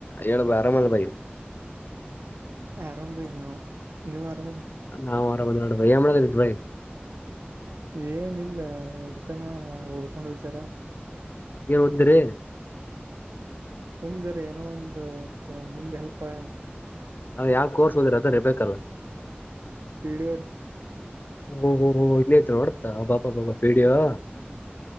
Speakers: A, on the left; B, on the right.
A: ಹೇಳುವು ಅರಾಮ ಅಲಾ ಈಗ್
B: ಆರಾಮ್ರಿ ನಾವು ನೀವು ಆರಾಮಲ್ಲ
A: ನಾವು ಆರಾಮ ಅದಿವ ನೋಡ್ ಬಯ್ ಎನ್ ಮದಕತೀರ್ ಬಯ್
B: ಏನೀಲ್ಲ ಎಡ್ತನ ಓದ್ಕೊನೋ ವಿಚಾರ
A: ಏನ್ ಒದತಿರಿ
B: ಸುಮ್ ಜರ ಏನೋ ಒಂದು ಮುಂದ ಹೆಲ್ಪ್ ಆಗಂಗ
A: ಯಾವ ಕೋರ್ಸ್ ಓದಿರಿ ಅದ ಅರೆ ಬೇಕಲ್ಲ
B: ಪಿಡಿಎರೆ
A: ಓಹೊಹೊಹೊ ಇಲ್ಲ ಐತ್ ಒಡ್ತಾ ಅಬಾಬಾಬ ಪಿಡಿಯೋ